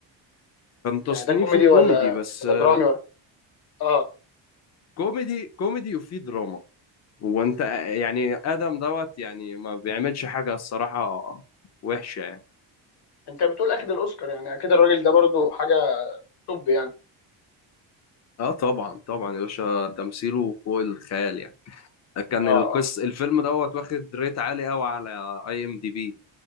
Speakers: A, on the left; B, on the left.
A: تصنيفه
B: يعني ده كوميدي
A: كوميدي
B: ولا
A: بس
B: ولا
A: آه،
B: درامي ولا اه
A: كوميدي كوميدي وفيه دراما وانت يعني ادم دوت يعني ما بيعملش حاجه الصراحه وحشه
B: انت بتقول اخد الاوسكار يعني اكيد الراجل ده برضو حاجه توب يعني
A: اه طبعا طبعا يا باشا تمثيله فوق الخيال يعني كان
B: اه
A: القص
B: اه
A: الفيلم دوت واخد ريت عالي قوي على اي ام دي بي